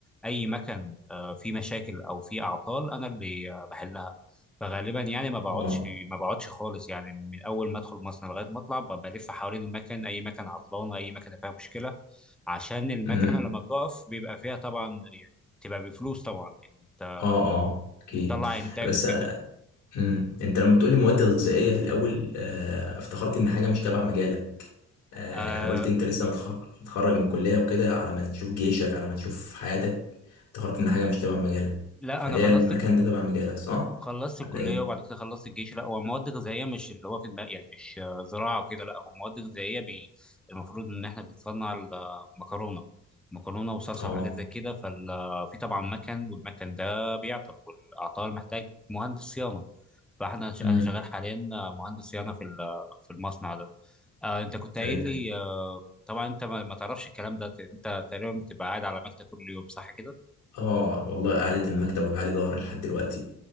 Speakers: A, in the centre; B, on the left.
A: أي مكان آه فيه مشاكل أو فيه أعطال أنا اللي آه، بحلها فغالبا يعني ما بقعدش
B: اه
A: ما بقعدش خالص يعني من أول ما أدخل المصنع لغاية ما أطلع ب- بلف حوالين المكن أي مكان عطلان أي مكان فيها مشكلة عشان المكنة
B: امم
A: لما بتقف بيبقى فيها طبعا يعني بتبقى بفلوس طبعا إن أنت
B: اه اه اكيد
A: بتطلع إنتاج
B: بس
A: وكده
B: امم انت لما بتقولي مواد غذائيه في الاول آه، افتكرت ان حاجه مش تبع مجالك آه،
A: آه
B: يعني قلت انت لسه متخ- متخرج من الكليه وكده على ما تشوف جيشك على ما تشوف حياتك افتكرت ان حاجه مش تبع مجالك
A: لا
B: فهي
A: أنا خلصت
B: المكان ده تبع مجالك صح
A: خلصت الكليه
B: ولا ايه
A: وبعد كده خلصت الجيش لا هو مواد غذائيه مش اللي هو في دماغ يعني مش آه، زراعه وكده لا هو مواد غذائيه بي... المفروض ان احنا بنصنع المكرونه مكرونه وصلصه
B: اه
A: وحاجات زي كده ففي طبعا مكن والمكن ده بيعطل والعطال محتاج مهندس صيانه فاحنا ش-
B: امم
A: انا شغال حاليا آه، مهندس صيانه في ال- في المصنع ده آه انت كنت قايل
B: ايوه
A: لي آه، طبعا انت ما ما تعرفش الكلام ده انت تقريبا بتبقى قاعد على مكتب طول اليوم صح كده
B: اه والله قعدة المكتب وجعلي ظهري لحد دلوقتي